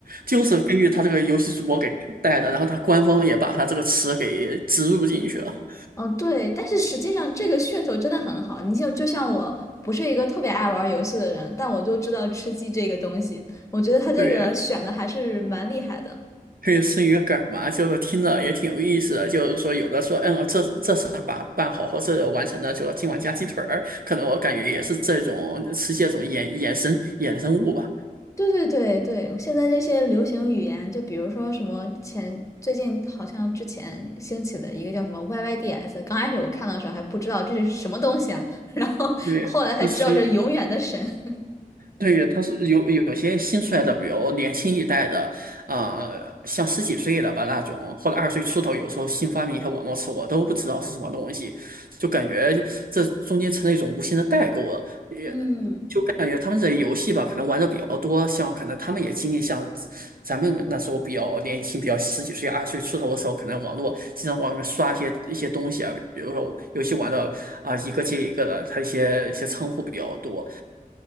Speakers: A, on the right; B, on the left.
A: 就是根据他这个游戏主播给带的，然后他官方也把他这个词给植入进去了。
B: 嗯，对，但是实际上这个噱头真的很好，你像就像我不是一个特别爱玩游戏的人，但我就知道吃鸡这个东西，我觉得它这个选的还是蛮厉害的。
A: 对，可以是一个梗儿嘛，就是听着也挺有意思的。就是说，有的说，嗯，这这次把办好或者完成的，就今晚加鸡腿儿，可能我感觉也是这种是这种衍衍生衍生物吧。
B: 对对对对，现在这些流行语言，就比如说什么前最近好像之前兴起的一个叫什么 YYDS，刚开始我看到的时候还不知道这是什么东西啊，<laughs> 然后后来才知道这永远的神。
A: 对，那属于对，他是有有些新出来的，比如年轻一代的，呃，像十几岁的吧那种，或者二十岁出头，有时候新发明一些网络词，我都不知道是什么东西，就感觉就这中间成了一种无形的代沟了。也
B: 嗯
A: 感觉他们这游戏吧，可能玩的比较多，像可能他们也经历像咱咱们那时候比较年轻，比较十几岁、二十岁出头的时候，可能网络经常往里面刷一些一些东西啊，比如说我游戏玩的啊、一个接一个的，它一些一些称呼比较多。